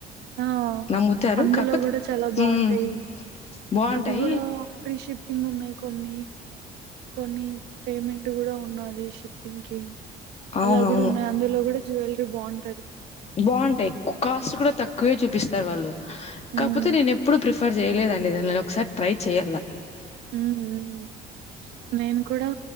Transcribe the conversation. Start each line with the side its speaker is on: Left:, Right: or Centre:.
Right: ఆ
Left: నమ్ముతారు
Right: అందులో
Left: కాకపోతే
Right: కూడా చాలా బాగుంటాయి
Left: మ్మ్ బాగుంటాయి
Right: అవి కూడా ఫ్రీ షిప్పింగ్ ఉన్నాయి కొన్ని కొన్ని పేమెంట్ కూడా ఉన్నది షిప్పింగ్ కి
Left: అవునవును
Right: అలా కూడా ఉన్నాయి అందులో కూడా జ్యువెలరీ బాగు
Left: బాగుంటాయి కాస్ట్ కూడా తక్కువే చూపిస్తారు వాళ్ళు
Right: హ్మ్.
Left: కాకపోతే నేను ఎప్పుడు ప్రిఫర్ చేయలేదండి దాన్లని నేను ఒకసారి ట్రై చెయ్యాల్ల
Right: మ్మ్ నేను కూడా